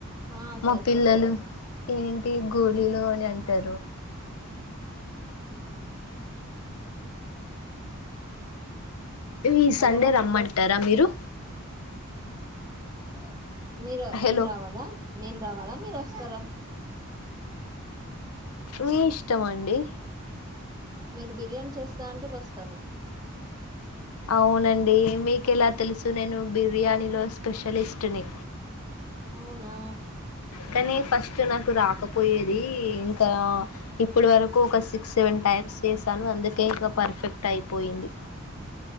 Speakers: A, on the right (about 20°); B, on the left (about 80°).
A: ఆ
B: మా
A: సరిపోతాయండి
B: పిల్లలు ఏంటి గు లీలు ఒని అంటరు.
A: హు
B: ఈ
A: హలో
B: సండే రమ్మంట రామీరు
A: <unintelligible> మీరు మేం
B: హలో
A: రావాలా మేం రావాల మీరు వస్తారా.
B: మీ ఇస్టమండి.
A: మీరు బిర్యాన్ చేస్త అంటే వస్తాను.
B: అవునండి మీకు ఎలా తెలుసు నేను బిర్యానీలో స్పెషలిస్టుని.
A: అవునా
B: కానీ ఫస్ట్ నాకు రాకపోయేది ఇంకా ఇప్పుడు వరకు ఒక సిక్స్ సెవెన్ టైప్స్ చేసాను అందు టేకా పర్ఫెక్ట్ అయిపోయింది.